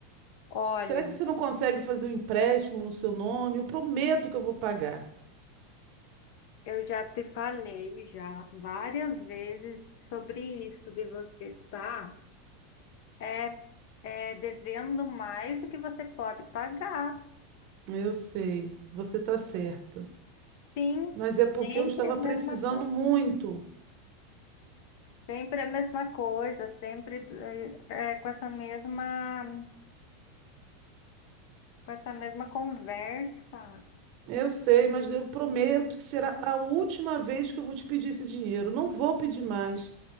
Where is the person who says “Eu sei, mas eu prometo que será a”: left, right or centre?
Right